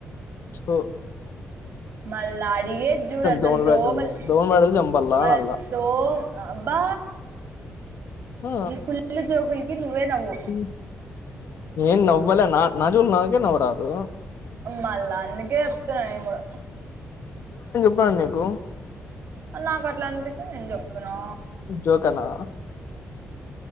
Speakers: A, on the left; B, on the right.
A: సో
B: మళ్ళ అడిగేది జూడు అసలు
A: దోమల బ్యాట్
B: దోమల్
A: ఉంది దోమల బ్యాట్ అయితే చంపాలా
B: మల
A: అనల్లా
B: దో అబ్బా
A: ఆ!
B: నీ కుళ్ళు జోకులు నువ్వే నవ్వు
A: హ్మ్. నేను నవ్వలే నా జోకులు నాకే నవ్వు రాదు
B: మళ్ళ అందుకే చెప్తున్న నేను కూడ
A: ప్పన నీకు
B: నాకు అట్లా అనిపించింది నేను చెప్తున్నా
A: జోకేనా?